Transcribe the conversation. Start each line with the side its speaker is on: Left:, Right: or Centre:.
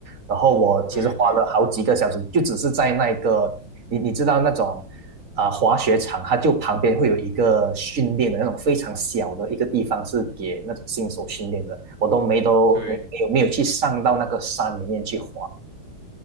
Right: 然后我其实花了好几个小时，
Left: 对对
Right: 就只是在那个你你知道那种啊、呃滑雪场，它就旁边会有一个训练的那种非常小的一个地方，是给那种新手训练的。我都没都没没有没有去上到那个山里面去滑。
Left: 对